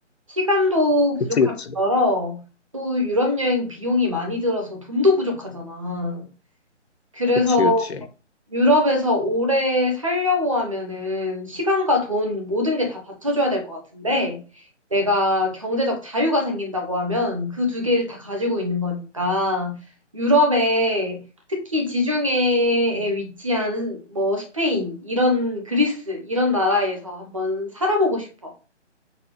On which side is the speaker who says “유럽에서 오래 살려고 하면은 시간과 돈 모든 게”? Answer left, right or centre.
Right